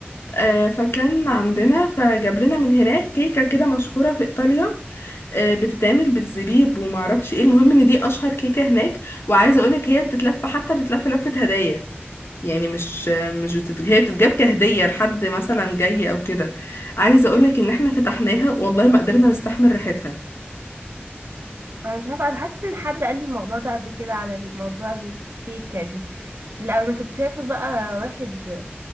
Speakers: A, on the left; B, on the right.
A: آه فكان عندنا فجاب لنا من هناك كيكه كده مشهوره في ايطاليا آه بتتعمل بالزبيب وما اعرفش ايه المهم ان دي اشهر كيكه هناك وعايزه اقولك هي بتتلف حتى بتتلف لفه هدايا يعني مش مش بتت... هي بتتجاب كهدية لحد مثلا جاي او كده عايزة اقولك ان احنا فتحناها والله ما قدرنا نستحمل ريحتها
B: انا مش عارفه انا حاسه ان حد قال لي الموضوع ده قبل كده على الموضوع الكيكه دي لا انا كنت شايفه بقى واحد